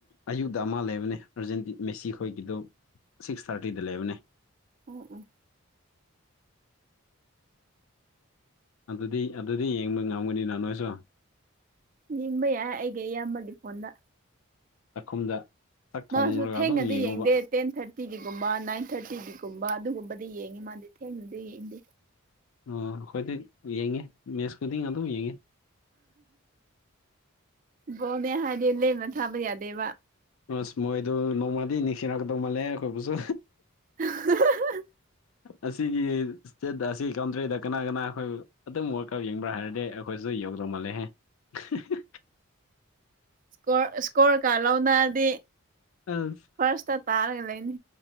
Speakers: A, on the left; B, on the right.
A: ꯑꯌꯨꯛꯇ ꯑꯃ ꯂꯩꯕꯅꯦ ꯑꯔꯖꯦꯟ ꯃꯦꯁꯤ ꯈꯣꯏꯒꯤꯗꯨ ꯁꯤꯛꯁ ꯊꯥꯔꯇꯤꯗ ꯂꯩꯕꯅꯦ
B: ꯎꯝ ꯎꯝ
A: ꯑꯗꯨꯗꯤ ꯑꯗꯨꯗꯤ ꯌꯦꯡꯕ ꯉꯝꯒꯅꯤꯅ ꯅꯣꯏꯁꯨ
B: ꯌꯦꯡꯕ ꯌꯥꯏ ꯑꯩꯒꯤ ꯏꯌꯥꯝꯕꯒꯤ ꯐꯣꯟꯗ
A: ꯆꯥꯛꯈꯨꯝꯗ ꯆꯥꯛ ꯊꯣꯡꯂꯒ
B: ꯃꯥꯁꯨ ꯊꯦꯡꯅꯗꯤ
A: ꯑꯗꯨꯝ ꯌꯦꯡꯉꯨꯕ
B: ꯌꯦꯡꯗꯦ ꯇꯦꯟ ꯊꯥꯔꯇꯤꯒꯤꯒꯨꯝꯕ ꯅꯥꯏꯟ ꯊꯥꯔꯇꯤꯒꯤꯒꯨꯝꯕ ꯑꯗꯨꯒꯨꯝꯕꯗꯤ ꯌꯦꯡꯉꯤ ꯃꯥꯗꯤ ꯊꯦꯡꯅꯗꯤ ꯌꯦꯡꯗꯦ
A: ꯑꯣ ꯑꯩꯈꯣꯏꯗꯤ ꯌꯦꯡꯉꯦ ꯃꯦꯠꯁ ꯈꯨꯨꯗꯤꯡ ꯑꯗꯨꯝ ꯌꯦꯡꯉꯤ
B: ꯕꯣꯅꯦ ꯍꯥꯏꯗꯤ ꯂꯦꯝꯅ ꯊꯥꯕ ꯌꯥꯗꯦꯕ
A: ꯑꯁ ꯃꯣꯏꯗꯨ ꯅꯣꯡꯃꯗꯤ ꯅꯤꯡꯁꯤꯡꯔꯛꯀꯗꯧ ꯃꯥꯜꯂꯦ ꯑꯩꯈꯣꯏꯕꯨꯁꯨ
B: <unintelligible>
A: ꯑꯁꯤꯒꯤ ꯏꯁꯦꯠ ꯑꯁꯤ ꯀꯥꯎꯝꯗ꯭ꯔꯦꯗ ꯀꯅꯥ ꯀꯅꯥ ꯑꯩꯈꯣꯏ ꯑꯗꯨꯝ ꯋꯥꯔꯜ ꯀꯞ ꯌꯦꯡꯕ꯭ꯔꯥ ꯍꯥꯏꯔꯗꯤ ꯑꯩꯈꯣꯏꯁꯨ ꯌꯥꯎꯗꯧ ꯃꯥꯜꯂꯦꯍꯦ <unintelligible>
B: ꯏꯁꯀ ꯏꯁꯀꯣꯔ ꯀꯥꯔ ꯂꯧꯅꯔꯗꯤ
A: ꯑꯁ
B: ꯐꯥꯔꯁꯇ ꯇꯥꯔꯒ ꯂꯩꯅꯤ